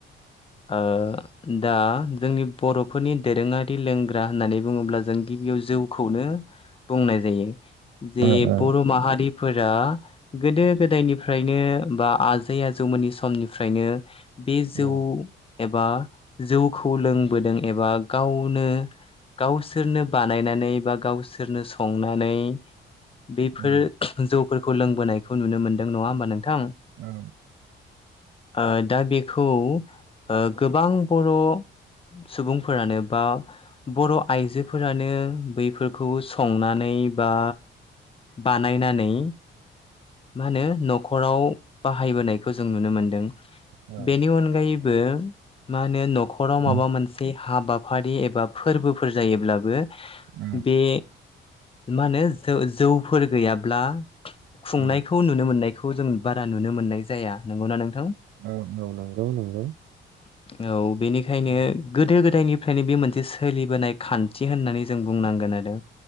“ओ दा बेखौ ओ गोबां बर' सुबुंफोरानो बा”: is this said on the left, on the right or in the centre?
Left